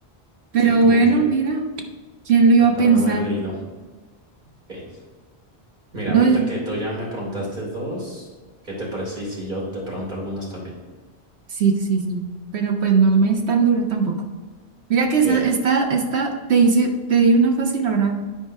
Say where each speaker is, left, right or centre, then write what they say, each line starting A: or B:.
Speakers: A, on the right; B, on the right.
A: Pero
B: Sí, como
A: bueno,
B: que
A: mira, ¿quién lo iba
B: recuerdo
A: a pensar?
B: haber leído. Ok. Mira,
A: No,
B: ahorita que tú ya me preguntaste dos, ¿qué te parece? Y si yo te pregunto algunas también.
A: sí, sí, sí. Pero pues no, no me es tan duro tampoco. Mira
B: Ok.
A: que esta, esta, esta te hice, te di una fácil ahora,